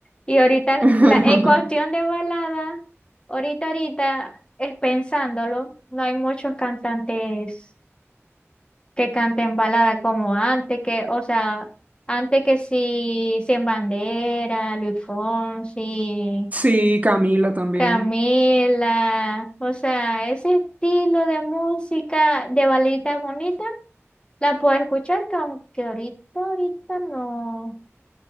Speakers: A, on the left; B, on the right.
A: Y ahorita,
B: <laughs>
A: la, en cuestión de balada, ahorita, ahorita, es pensándolo, no hay muchos cantantes que canten balada como antes, que, o sea, antes que sí, Sin Bandera, Luis Fonsi.
B: Sí, Camila también.
A: Camila, o sea, ese estilo de música de balita bonita la puedo escuchar, que aunque ahorita, ahorita no.